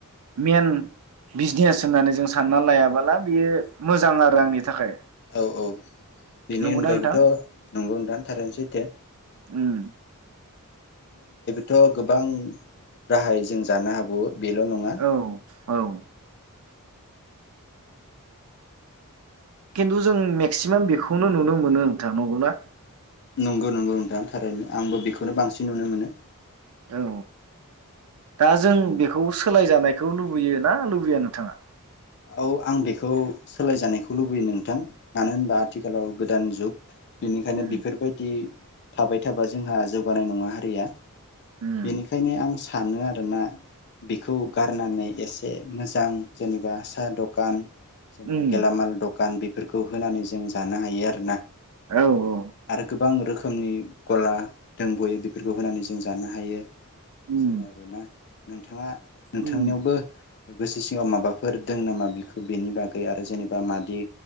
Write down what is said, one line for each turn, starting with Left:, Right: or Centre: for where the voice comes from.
Right: मेइन बिजनेस होननानै जों सानना लायाबोला बेयो मोजां आरो आंनि थाखाय
Left: औ औ बेनि
Right: नंगौना
Left: अनगायैबोथ
Right: नोंथां
Left: नंगौ नोंथां थारैनो सैथो
Right: उम
Left: थ गोबां राहायै जों जानो हाबावो बेल नङा
Right: औ औ खिन्थु जों मेक्सिमाम बेखौनो नुनो मोनो नोंथां नंगौना
Left: नंगौ नंगौ नोंथां थारैनो आंबो बेखौनो बांसिन नुनो मोनो
Right: औ दा जों बेखौ सोलाय जानायखौ लुबैयो ना लुबैया नोंथाङा
Left: औ आं बेखौ सोलायजानायखौ लुबैयो नोंथां मानो होनबा आथिखालाव गोदान जुग बेनिखायनो
Right: उम
Left: बेफोरबायदि थाबाय थाबा जोंहा जौगानाय नङा हारिया
Right: उम
Left: बेनिखायनो आं स सानो आरोना बेखौ गारनानै एसे मोजां जेनेबा दखान जेनेबा
Right: उम
Left: गेलामाल दखान बेफोरखौ होनानै जों जानो हायो आरो ना
Right: औ औ
Left: आरो गोबां रोखोम !!!! गला दोंबावो बिदि बेफोरखौ होनानै जों जानो हायो
Right: उम
Left: जोङो आरो ना नोंथाङा नोंथांनियावबो
Right: उम
Left: गोसो सिङाव माबाफोर दों नामा बिखौ बेनि बागै आरो जेनेबा मादि